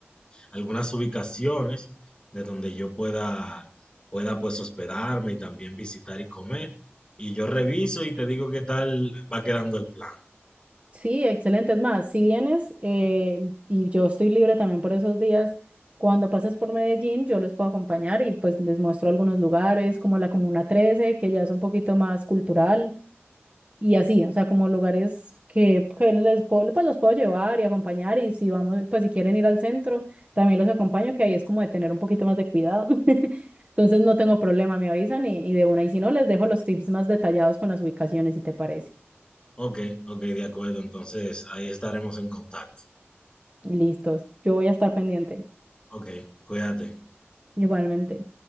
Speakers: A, on the left; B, on the right.
A: algunas ubicaciones de donde yo pueda, pueda pues hospedarme y también visitar y comer. Y yo reviso y te digo qué tal va quedando el plan.
B: Sí, excelente. Es más, si vienes eh, y yo estoy libre también por esos días, cuando pases por Medellín, yo les puedo acompañar y pues les muestro algunos lugares como la Comuna Trece, que ya es un poquito más cultural y así, o sea, como lugares que, que les puedo, pues los puedo llevar y acompañar y si vamos, pues si quieren ir al centro, también los acompaño, que ahí es como de tener un poquito más de cuidado. <laughs> Entonces no tengo problema, me avisan y, y de una, y si no, les dejo los tips más detallados con las ubicaciones, si te parece.
A: Ok, ok, de acuerdo. Entonces ahí estaremos en contacto.
B: Listos, yo voy a estar pendiente.
A: Ok, cuídate.
B: Igualmente.